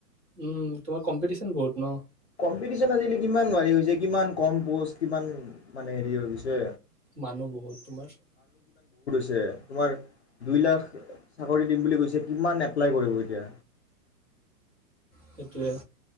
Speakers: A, on the right (about 20°); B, on the left (about 45°).
A: উম তোমাৰ কম্পিটিচন বহুত ন।
B: কম্পিটিশন আজিকালি কিমান বাঢ়ি গৈছে কিমান কম প'ষ্ট কিমান মানে হেৰি হৈ গৈছে।
A: মানুহ বহুত তোমাৰ
B: ম তোমাৰ দুই লাখ চাকৰি দিম বুলি কৈছে কিমান এপ্লাই কৰিব এতিয়া।
A: সেইটোৱে।